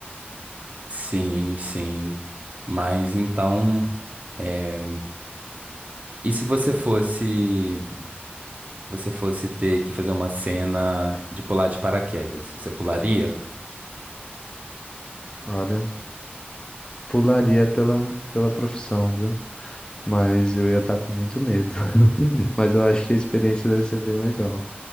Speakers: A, on the right; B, on the left.
A: Sim, sim. Mas então, é, e se você fosse, você fosse ter que fazer uma cena de pular de paraquedas, você pularia?
B: Olha, pularia pela, pela profissão, viu? Mas eu ia estar com muito medo. <laughs> Mas eu acho que a experiência deve ser bem legal.